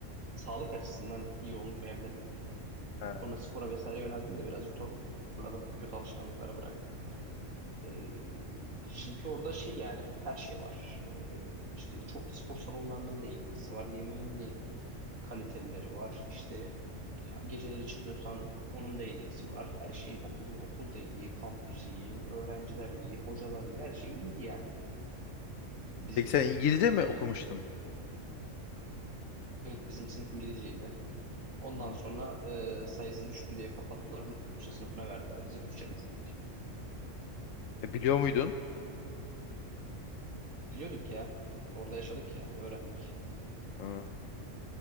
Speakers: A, on the right; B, on the left.
A: sağlık açısından iyi olmayabilirdim.
B: Ha.
A: Sonra spora vesaire yöneldim de birazcık toparladım. Kötü alışkanlıkları bıraktım. Ee, çünkü orada şey yani her şey var. Ee, işte çok spor salonlarının da iyisi var. Yemeğin de kalitelileri var. İşte geceleri çıkıyorsan onun da en iyisi var. Her şeyin okul, okul da iyi, kampüs iyi, öğrenciler iyi, hocalar iyi, her şey iyiydi yani. Bizde
B: Peki sen İngilizce
A: bir
B: mi
A: de
B: okumuştun?
A: evet bizim sınıf İngilizceydi. Ondan
B: Hı.
A: sonra e, sayısı düştü diye kapattılar. Rusça sınıfına verdiler. Biz Rusça bitirdik.
B: E, biliyor muydun?
A: Biliyorduk ya. Orada yaşadık ya. Öğrendik.
B: Hı.